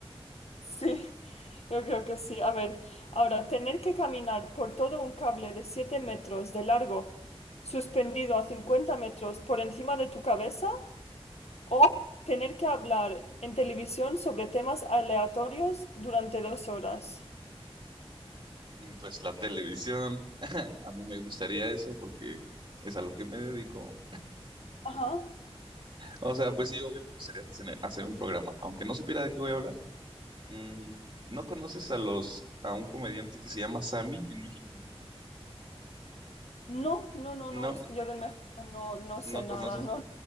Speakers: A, on the left; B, on the right.
A: Sí, <laughs> yo creo que sí. A ver, ahora, tener que caminar por todo un cable de 7 metros de largo, suspendido a 50 metros por encima de tu cabeza, o tener que hablar en televisión sobre temas aleatorios durante dos horas.
B: Mm, Pues la televisión, <laughs> a mí me gustaría eso porque es a lo que me dedico.
A: Ajá.
B: O sea, pues sí, obvio me gustaría tener- hacer un programa, aunque no supiera de qué voy a hablar. Mm, ¿no conoces a los, a un comediante que se llama Sammy en México?
A: No, no, no,
B: No,
A: no, es que yo de México no, no
B: no
A: sé nada,
B: conoces.
A: no,